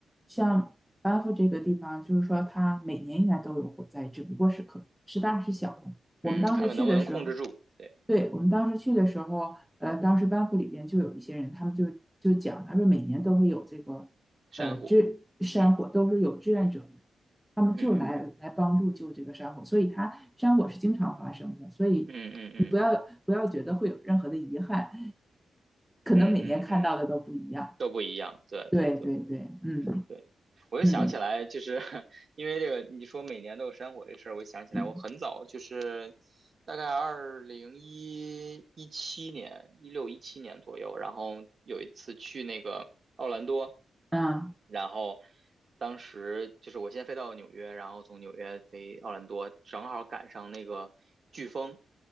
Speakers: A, in the centre; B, on the right.
A: 像班夫这个地方，就是说它每年应该都有火灾，只不过是可是大是小的。我们当时去的时候。
B: 嗯，看看能不能控制住，对，
A: 对，我们当时去的时候，呃，当时班会里边就有一些人，他们就就讲，他说每年都会有这个，
B: 山火，
A: 呃，志山火都是有志愿者来，
B: 嗯嗯
A: 他们就来来帮助救这个山火，
B: 嗯
A: 所以它山火是经常发生的，所以你不要不要觉得会有任何的遗憾，
B: 嗯嗯嗯
A: 可能每年看到的都不一样。
B: 嗯嗯嗯，都不一样，对对对
A: 对对对，嗯
B: 对，我又想起来，
A: 嗯
B: 就是 <laughs> 因为这个你说每年都有山火这事儿，我就想起来我很早就是
A: 嗯
B: 大概二零一一七年、一六一七年左右，然后有一次去那个奥兰多。
A: 啊，
B: 然后当时就是我先飞到纽约，然后从纽约飞奥兰多，正好赶上那个飓风，